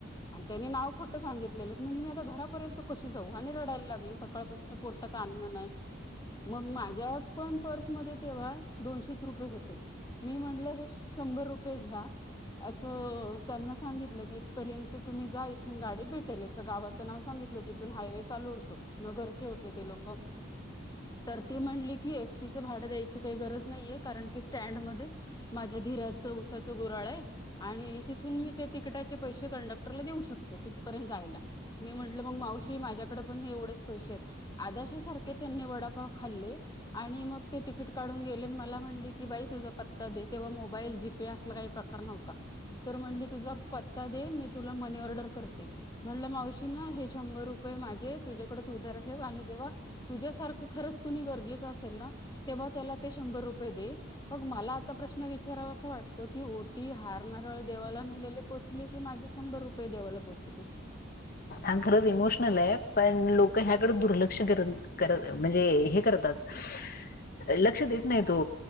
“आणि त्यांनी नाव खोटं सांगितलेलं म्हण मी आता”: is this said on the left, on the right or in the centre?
Left